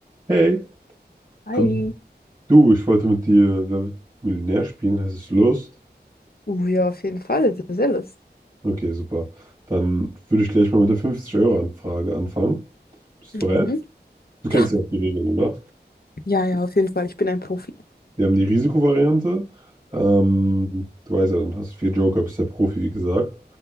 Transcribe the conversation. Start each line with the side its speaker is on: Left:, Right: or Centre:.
Right: Hey,
Left: Hi.
Right: ähm, du, ich wollte mit dir Wer wird Millionär spielen. Hast du Lust?
Left: Uh, ja, auf jeden Fall. Das sehr lustig.
Right: Okay, super. Dann würde ich gleich mal mit der fünfzig euro anfrage anfangen. Bist
Left: Mhm.
Right: du bereit? Du kennst
Left: Ja.
Right: ja auch die Regeln, oder?
Left: Ja, ja, auf jeden Fall. Ich bin ein Profi.
Right: Wir haben die Risikovariante. Ähm, du weißt ja, dann hast du vier Joker, bist der Profi, wie gesagt.